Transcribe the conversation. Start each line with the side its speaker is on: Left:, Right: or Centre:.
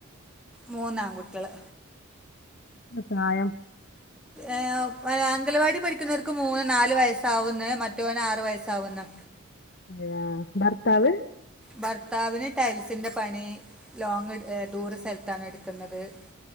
Centre: മൂന്നാംകുട്ടികള്
Left: ഉ പ്രായം
Centre: ഏ അംഗലവാടി പഠിക്കുന്നവർക്ക് മൂന്ന് നാലു വയസ്സാവുന്ന മറ്റവന് ആറ് വയസ്സാവുന്ന്
Left: അ ഭർത്താവ്
Centre: ഭർത്താവിന് ടൈൽസിന്റെ പണി ലോങ് ദൂര സ്ഥലത്താണ് എടുക്കുന്നത് നിക്കുന്നത്